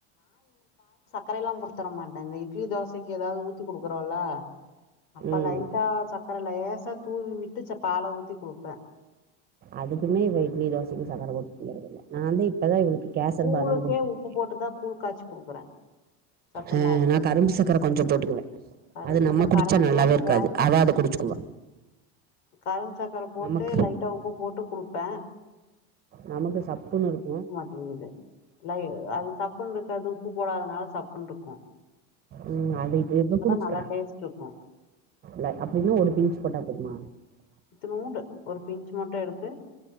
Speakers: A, on the left (about 85°); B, on the right (about 25°).
A: கரையெல்லாம் போட்த்தரமாட்டாங்க இ ட்லி தோசக்கி ஏதாவ்து ஊத்தி குடுக்குறோல்ல அப்ப‌
B: ம்
A: லைட்டா சக்கர லேஸ் ச தூவி விட்டு ச பால ஊத்தி குடுப்பன்
B: அதுக்குமே இவ இட்லி தோசக்கும் சக்கர போட் <inaudible> நாந்து இப்பதா இவளுக்கு கேசர்பாதாம்
A: கூழுக்கே
B: குடுத்துருக்கே
A: உப்பு போட்டுதா கூழ் காய்ச்சி குடுக்குறே சத்துமாவு
B: அஹ்
A: கூழ்
B: நா கரும்பு சக்கர கொஞ்சம் போட்டுக்குவன்
A: கரும்
B: அது
A: சக்கர
B: நம்ம குடிச்சா
A: கடைசியா
B: நல்லாவே இருக்காது
A: கேப்பே
B: அவ அத குடிச்சுக்குவா
A: கரும் சக்கர போட்டு
B: நமக்கு
A: லைட்டா உப்பு போட்டு குடுப்பன்
B: நமக்கு சப்புனு இருக்கும்
A: <unintelligible> லை அது சப்புன்ருக்காதுப் பு போடாதனால சாப்புன்ருக்கும்
B: ம் அத இது எதும் குடிச்குறா
A: நல்லா டேஸ்ட் இருக்கு
B: ல அப்டின்னு ஒரு பீச் போட்டா <unintelligible>
A: இத்துனூன்டு ஒரு பின்ச் மட்டு எடுத்து